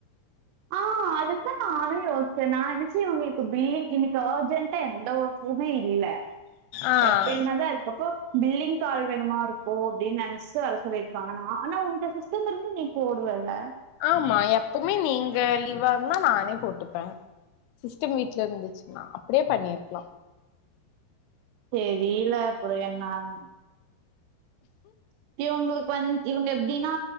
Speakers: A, on the right; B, on the left.
A: ஆ அதுதா நானு யோஸ்ச்ச நா நெனச்ச உங்களுக்கு பில்லிங் இன்னைக் ஆர்ஜென்டா எந்த ஓர்க்குமே இல்ல
B: ஆ
A: எப்டின்னா தா அதுக்கப்போ பில்லிஙக் ஆள் வேனுமா இருக்கு அப்டின் நெனச்சு வர சொல்லி இருப்பாங்கனா ஆனா உங்க சிஸ் கஸ்டமர் இருந்தா நீ போடுவல
B: ஆமா எப்பவுமே நீங்க லீவ் இருந்தா நானே போட்டுப்ப சிஸ்டம் வீட்ல இருந்துச்சுன்னா அப்டியே பண்ணியிருக்லா
A: தெரில அப்ற என்னானு இவுங்ளுக் வந்து இவுங்க எப்டின்னா